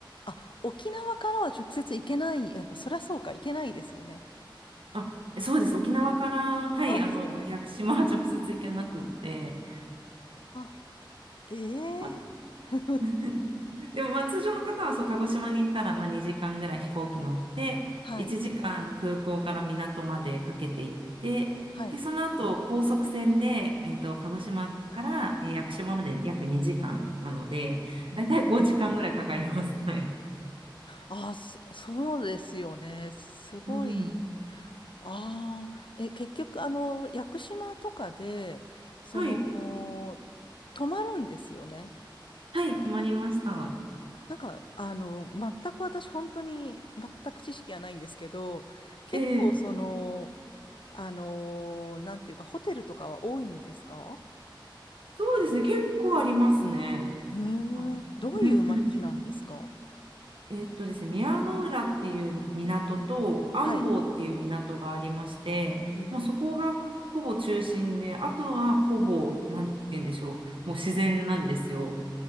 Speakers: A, on the left; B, on the right.
A: あ、沖縄からは直接行けない。やっぱ、そりゃそうか、行けないですよね。
B: あ、そうです。沖縄から、はい、
A: そうですよね。
B: あの、か屋久島は直接行けなくって、
A: ああ、ええ
B: まあ
A: <laughs>
B: <laughs> でも、まあ、通常の方はそう鹿児島に行ったら、まあ、2時間ぐらい飛行機乗って1時間空港から港までかけて行ってでその後高速船で、
A: はい。はい。
B: えっと、鹿児島からえー屋久島まで約2時間なのでだいたい5時間ぐらいかかります。
A: うん
B: <laughs> はい、
A: ああ、すそうですよね。すごい。
B: うん、
A: ああ、え、結局、あの、屋久島とかで、その、
B: はい、
A: 泊まるんですよね。
B: はい、泊まりました。
A: あ、なんか、あの、全く私、本当に、全く知識がないんですけど、結構、
B: ええ
A: その、あの、なんていうか、ホテルとかは多いんですか
B: そうですね、結構ありますね。
A: へえ、
B: あうん
A: どういう街なんですか
B: えーっとですね、宮の浦っていう港と安房っていう港がありまして、
A: はい。へえ、
B: もうそこがほぼ中心で、あとはほぼ、なんて言うんでしょう、もう自然なんですよ。